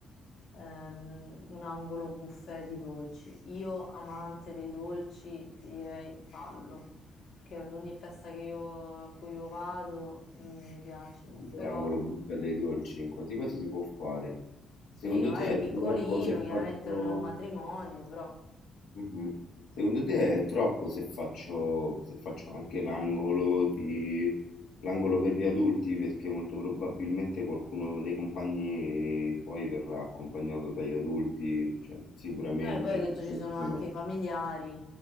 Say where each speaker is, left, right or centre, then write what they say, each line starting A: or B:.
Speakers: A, on the left (about 70°); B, on the left (about 85°).
A: ehm, un angolo buffet di dolci. Io, amante dei dolci, ti direi fallo, perché ad ogni festa che io, a cui io vado mm, mi piace,
B: Quando
A: però
B: L'angolo buca dei dolci, quasi quasi si può fare.
A: Sì,
B: Secondo
A: magari
B: te è
A: piccolino,
B: troppo se
A: chiaramente
B: faccio...
A: non è un matrimonio, però...
B: Mh-mh. Secondo te è troppo se faccio se faccio anche l'angolo di l'angolo per gli adulti? Perché molto probabilmente qualcuno dei compagni poi verrà accompagnato dagli adulti, cioè sicuramente
A: Eh, poi hai detto
B: ci
A: ci sono anche
B: sono
A: i familiari.